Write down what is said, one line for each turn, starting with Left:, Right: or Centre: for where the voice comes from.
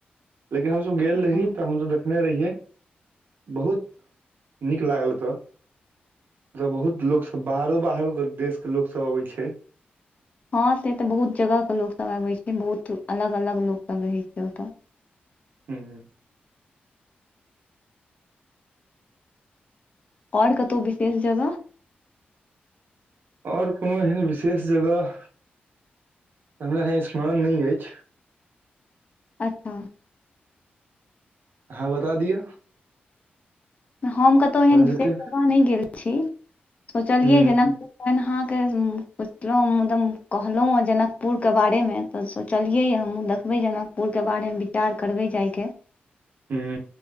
Right: लेकिन हमसभ गेल रही
Left: हँ
Right: तऽ हमसभ देखने रहियै बहुत नीक लागल ओतय ओत्तऽ बहुत लोकसभ बाहरो बाहरो के देशके लोकसभ अबै छै
Left: हँ से तऽ बहुत जगहके लोकसभ आबै छै बहुत अलग अलग लोकसभ रहै छै ओतय
Right: ह ह
Left: आओर कतहु विशेष जगह
Right: आओर कोनो एहन विशेष जगह हमरा स्मरण नइ अइछ
Left: अच्छा
Right: अहॉ बता दियऽ
Left: हम कतहु एहन विशेष
Right: जेतै
Left: जगह नहि गेल छी सोचलियै
Right: ह
Left: जनकपुर अहाँ के पुछलहुँदम कहलहुँ ह जनकपुरके बारेमे तऽ सोचलियैए हमहूँ देखबै जनकपुरके बारेमे विचार करबै जायके
Right: हू